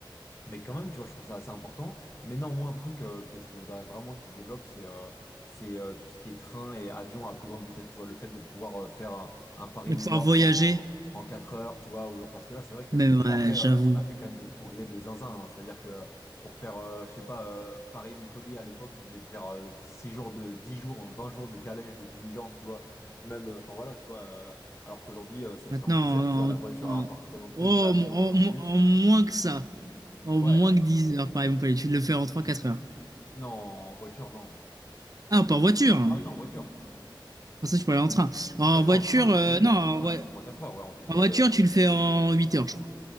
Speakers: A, on the left (about 30°); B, on the right (about 45°).
A: mais quand même, tu vois, je trouve ça assez important. Mais non, moi, un truc euh, que je voudrais vraiment qu'il se développe, c'est euh, c'est euh, tout ce qui est train et avion à plus grande vitesse. Tu vois, le fait de pouvoir euh, faire un, un Paris-New
B: de pouvoir
A: York
B: voyager.
A: en, en 4 heures, tu vois. Ou genre, parce que là, c'est vrai que,
B: Mais ouais,
A: bon, après,
B: j'avoue.
A: euh, on a fait quand même des progrès de zinzin. hein. C'est-à-dire que pour faire, euh, je sais pas, euh, Paris-Montpellier à l'époque, il devait faire euh, 6 jours de 10 jours, 20 jours de calèche, de diligence, tu vois. Même, euh, enfin voilà, tu vois. euh, alors qu'aujourd'hui, euh, ça
B: Maintenant,
A: se fait en 10 heures, tu vois. La
B: en,
A: voiture
B: en-
A: a apporté tellement de
B: oh,
A: trucs, l'avion
B: en-
A: encore plus.
B: en- en moins que ça, en
A: Ouais.
B: moins que 10 heures, par exemple, tu de le faire en trois quatre heures.
A: Non, en voiture, non.
B: Ah, pas en voiture. hein.
A: Ah oui, non, en voiture.
B: Pour ça, tu peux aller en train. En
A: Ah oui,
B: voiture,
A: non, en train, tu
B: euh,
A: fais, oui,
B: non,
A: en
B: en,
A: train,
B: voi-
A: tu fais trois quatre heures, ouais, en TGV,
B: en voiture,
A: euh, 3...
B: tu le fais en 8 heures, je crois.